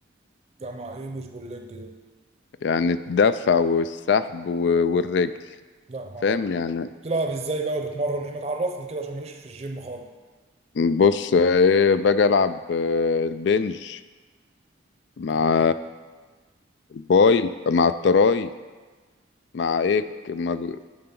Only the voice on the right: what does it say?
لا مع ايه بوش بول ليج ده
لا ما
اعرف
بتلعب ازاي بقى وبتمرن ايه ما تعرفني كده عشان ماليش في الجيم خالص
<laughs>